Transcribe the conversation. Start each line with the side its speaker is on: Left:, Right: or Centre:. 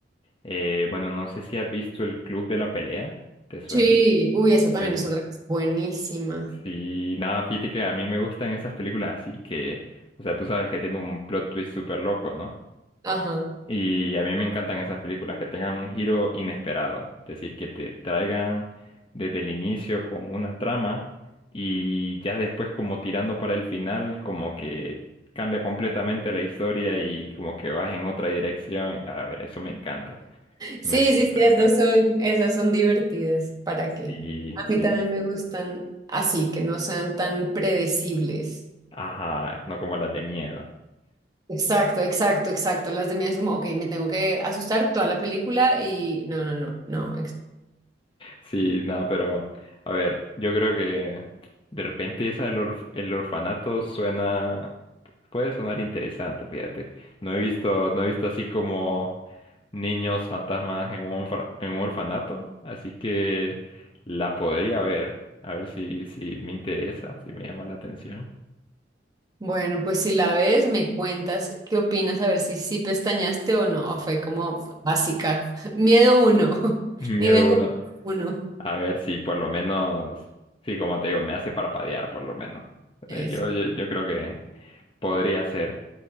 Left: eh, bueno, no sé si has visto El Club de la Pelea, ¿te suena?
Right: Sí, uy, esa también
Left: Eh,
Right: es otra que es buenísima.
Left: sí, nada, fíjate que a mí me gustan esas películas así que, o sea, tú sabes que tiene un plot twist súper loco, ¿no?
Right: Ajá.
Left: Y a mí me encantan esas películas que tengan un giro inesperado, es decir, que te traigan desde el inicio con una trama y ya después como tirando para el final, como que cambia completamente la historia y como que vas en otra dirección. A ver, eso me encanta,
Right: Sí,
Left: me súper
Right: sí, sí, esas
Left: encanta.
Right: son, esas son divertidas. ¿Para qué?
Left: Sí,
Right: A mí
Left: sí.
Right: también me gustan así, que no sean tan predecibles.
Left: Ajá, no como las de miedo.
Right: Exacto, exacto, exacto. Las de mí es como, ok, me tengo que asustar toda la película y no, no, no, no.
Left: Sí, nada, pero a ver, yo creo que de repente esa del orf- el orfanato suena, puede sonar interesante, fíjate. No he visto, no he visto así como niños fantasmas en un, orfa- en un orfanato, así que la podría ver, a ver si, si me interesa, si me llama la atención.
Right: Bueno, pues si la ves, me cuentas qué opinas, a ver si sí pestañaste o no. Fue como básica. <laughs> Miedo uno,
Left: <laughs>
Right: <laughs>
Left: Miedo
Right: nivel de
Left: uno,
Right: uno.
Left: a ver si por lo menos, sí, como te digo, me hace parpadear por lo menos.
Right: Eso.
Left: Eh, Yo, yo, yo creo que Podría ser.